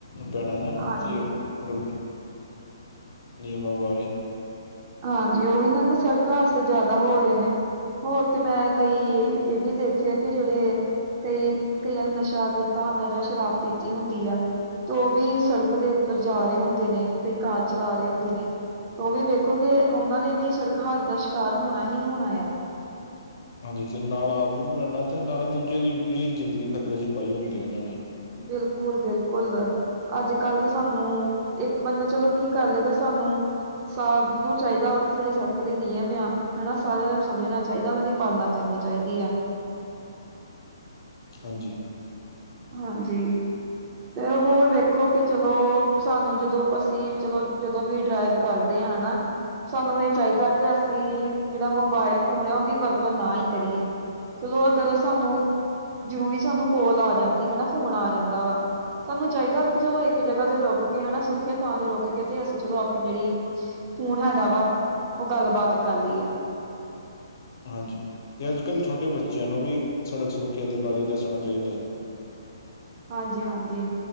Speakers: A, on the left; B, on the right.
A: ਪੈਣਾ ਨਾ
B: ਹਾਂਜੀ
A: ਜੇ ਮਤਲਬ, ਨਿਯਮਾਂ ਬਾਰੇ
B: ਹਾਂਜੀ, ਉਹ ਵੀ ਨਾ, ਕਿ ਸੜਕ ਹਾਦਸੇ ਜ਼ਿਆਦਾ ਹੋ ਰਹੇ ਨੇ। ਹੋਰ ਤੇ, ਮੈਂ ਕਈ ਇਹ, ਇਹ ਵੀ ਦੇਖਿਆ ਕਿ ਜਿਹੜੇ ਕਈ, ਕਈਆਂ ਨੇ ਨਸ਼ਾ ਕੀਤਾ ਹੁੰਦਾ, ਜਾਂ ਸ਼ਰਾਬ ਪੀਤੀ ਹੁੰਦੀ ਆ। ਤੇ, ਉਹ ਵੀ ਸੜਕ ਦੇ ਉੱਪਰ ਜਾ ਰਹੇ ਹੁੰਦੇ ਨੇ, ਕਈ ਕਾਰ ਚਲਾ ਰਹੇ ਹੁੰਦੇ ਨੇ, ਤੇ ਉਹ ਵੀ ਵੇਖ ਖੋ, ਕਿ ਉਹਨਾਂ ਨੇ ਵੀ ਸੜਕ ਹਾਦਸੇ ਦਾ ਸ਼ਿਕਾਰ, ਹੋਣਾ ਹੀ ਹੋਣਾ ਆ।
A: ਹਾਂਜੀ, ਤੇ ਨਾਲ ਆਪ ਵੀ ਮਰਨਾ, ਤੇ ਨਾਲੇ ਦੂਜੇ ਦੀ ਵੀ ਜ਼ਿੰਦਗੀ ਖ਼ਤਰੇ ਚ, ਪਾਈ ਹੁੰਦੀ ਉਹਨਾਂ ਨੇ।
B: ਬਿਲਕੁਲ, ਬਿਲਕੁਲ। ਅੱਜ -ਕੱਲ੍ਹ ਤੇ ਸਾਨੂੰ, ਇੱਕ ਬੰਦਾ ਚੱਲੋ ਕੀ ਕਰ ਲਏਗਾ ਸਾਨੂੰ ਸਭ ਨੂੰ ਚਾਹੀਦਾ ਵਾ, ਕਿ ਜਿਹੜੇ ਸੜਕ ਦੇ ਨਿਯਮ ਆ ਹਨਾ, ਸਾਰਿਆਂ ਨੂੰ ਸਮਝਣਾ ਚਾਹੀਦਾ ਉਹਨਾਂ ਦੀ ਪਾਲਣਾ, ਕਰਨੀ ਚਾਹੀਦੀ ਆ।
A: ਹਾਂਜੀ।
B: ਹਾਂਜੀ। ਤੇ ਹੋਰ ਵੇਖੋ, ਕਿ ਚਲੋ ਸਾਨੂੰ ਜਦੋਂ ਅਸੀਂ ਚਲੋ, ਜਦੋਂ ਵੀ ਡਰਾਈਵ ਕਰਦੇ ਆ, ਹਨਾ ਸਾਨੂੰ ਇਹ ਚਾਹੀਦਾ ਕਿ ਅਸੀਂ, ਜਿਹੜਾ ਮੋਬਾਇਲ ਫੋਨ ਹੈ ਉਹਦੀ ਵਰਤੋਂ ਨਾ ਹੀ ਕਰੀਏ। ਚਲੋ ਅਗਰ ਸਾਨੂੰ, ਜ਼ਰੂਰੀ ਸਾਨੂੰ ਕੋਲ ਆ ਜਾਂਦੀ ਹਨਾ ਫੋਨ ਆ ਜਾਂਦਾ ਵਾ ਸਾਨੂੰ ਚਾਹੀਦਾ ਵਾ ਕਿ ਚਲੋ ਇੱਕ ਜਗ੍ਹਾ ਤੇ ਰੁਕ ਕੇ ਹਨਾ ਸੁਰੱਖਿਆਤ ਥਾਂ ਤੇ ਰੁਕ ਕੇ ਤੇ ਅਸੀਂ ਚਲੋ ਆਪਣੀ ਜਿਹੜੀ ਫੋਨ ਹੈਗਾ ਵਾ, ਉਹ ਗੱਲਬਾਤ ਕਰ ਲਈਏ।
A: ਹਾਂਜੀ, ਤੇ ਅੱਜ ਕੱਲ੍ਹ ਛੋਟੇ ਬੱਚਿਆਂ ਨੂੰ ਵੀ ਸੜਕ ਸੁਰੱਖਿਆ ਦੇ ਬਾਰੇ ਦੱਸਣਾ ਚਾਹੀਦਾ।
B: ਹਾਂਜੀ-ਹਾਂਜੀ।